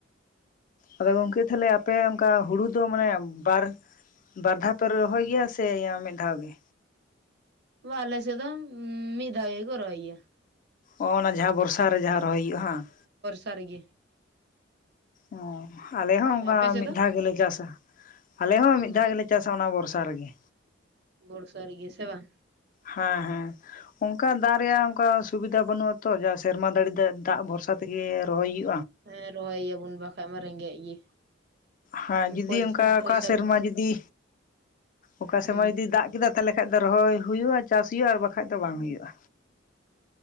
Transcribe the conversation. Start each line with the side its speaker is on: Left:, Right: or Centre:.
Left: ᱟᱫᱚ ᱜᱚᱝᱠᱮ ᱛᱟᱦᱞᱮ ᱟᱯᱮ ᱚᱱᱠᱟ ᱦᱩᱲᱩ ᱫᱚ ᱢᱟᱱᱮ ᱵᱟᱨ ᱵᱟᱨ ᱫᱷᱟᱣ ᱯᱮ ᱨᱚᱦᱚᱭ ᱜᱮᱭᱟ ᱥᱮ ᱢᱤᱫ ᱫᱷᱟᱣ ᱜᱮ
Right: ᱵᱟ ᱟᱞᱮ ᱥᱮᱫ ᱫᱚ ᱢᱤᱫ ᱫᱷᱟᱣ ᱜᱮᱠᱚ ᱨᱚᱦᱚᱭ ᱜᱮᱭᱟ
Left: ᱚ ᱚᱱᱟ ᱡᱟᱦᱟᱸ ᱵᱚᱨᱥᱟ ᱨᱮ ᱡᱟᱦᱟᱸ ᱨᱚᱦᱚᱭ ᱦᱩᱭᱩᱜ ᱵᱟᱝ
Right: ᱟᱨ ᱜᱮ
Left: ᱚ ᱟᱞᱮ ᱦᱚᱸ ᱚᱱᱠᱟ
Right: ᱟᱯᱮ ᱥᱮᱫ
Left: ᱢᱤᱫ
Right: ᱫᱚ
Left: ᱫᱷᱟᱣ ᱜᱮᱞᱮ ᱪᱟᱥᱟ ᱟᱞᱮ ᱦᱚᱸ ᱢᱤᱫ
Right: ᱚ
Left: ᱫᱷᱟᱣ ᱜᱮᱞᱮ ᱪᱟᱥᱟ ᱚᱱᱟ ᱵᱚᱨᱥᱟ ᱨᱮᱜᱮ
Right: ᱵᱚᱨᱥᱟ ᱨᱮᱜ ᱥᱮ ᱵᱟᱝ
Left: ᱦᱮᱸ ᱦᱮᱸ ᱚᱱᱠᱟ ᱫᱟᱜ ᱨᱮᱭᱟᱜ ᱚᱱᱠᱟ ᱥᱩᱵᱤᱫᱷᱟ ᱵᱟᱹᱱᱩᱜ ᱟᱛᱚ ᱡᱟᱥ ᱥᱮᱨᱢᱟ ᱫᱟᱲᱮ ᱫᱟ ᱫᱟᱜ ᱵᱷᱚᱨᱥᱟ ᱛᱮᱜᱮ ᱨᱚᱦᱚᱭ ᱦᱩᱭᱩᱜᱼᱟ
Right: ᱦᱮᱸ ᱨᱚᱦᱚᱭ ᱟᱵᱚᱱ ᱵᱟᱝᱠᱷᱟᱱ ᱢᱟ ᱨᱮᱸᱜᱮᱡ ᱜᱮ
Left: ᱦᱮᱸ ᱡᱩᱫᱤ
Right: ᱯᱚᱭᱥᱟ
Left: ᱚᱱᱠᱟ ᱚᱠᱟ
Right: ᱯᱚᱭᱥᱟ
Left: ᱥᱮᱨᱢᱟ
Right: ᱠᱚᱦᱚᱸ
Left: ᱡᱩᱫᱤ ᱚᱠᱟ
Right: ᱦᱩᱸ
Left: ᱥᱮᱨᱢᱟ ᱡᱩᱫᱤ ᱫᱟᱜ ᱠᱮᱫᱟ ᱛᱟᱦᱚᱞᱮ ᱠᱷᱟᱱ ᱫᱚ ᱨᱚᱦᱚᱭ ᱦᱩᱭᱩᱜᱼᱟ ᱪᱟᱥ ᱦᱩᱭᱩᱜᱼᱟ ᱟᱨ ᱵᱟᱝᱠᱷ ᱵᱟᱠᱷᱟᱡ ᱫᱚ
Right: ᱦᱮᱸ
Left: ᱵᱟᱝ ᱦᱩᱭᱩᱜᱼᱟ